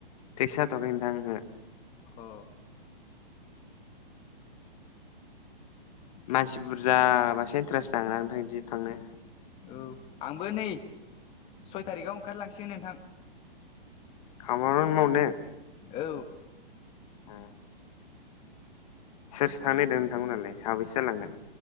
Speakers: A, on the left (about 40°); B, on the left (about 20°).
A: फिक्स जाथ'आखै नोंथां ओहो।
B: अ।
A: मानसि बुरजाबासो इन्टारेस्ट नाङोना नोंथां इदि थांनो।
B: औ आंबो नै सय थारिखआव ओंखार लांसिगोन नोंथां।
A: खामानि मावनो?
B: औ।
A: अ। सोर सोर थांनो नायगिरदों नोंथांमोनहालाय साबैसे जालांगोन?